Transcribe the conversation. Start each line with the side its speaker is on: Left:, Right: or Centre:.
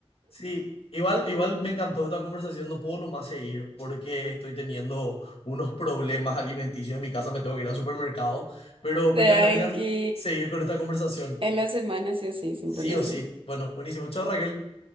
Left: Sí, igual, igual me encantó esta conversación, no puedo nomás seguir porque estoy teniendo unos problemas alimenticios en mi casa, me tengo que ir al supermercado, pero me
Right: Tranqui,
Left: encantaría seguir con esta conversación,
Right: en la semana sí o sí, sin
Left: sí
Right: problema.
Left: o sí. Bueno, buenísimo, chao Raquel.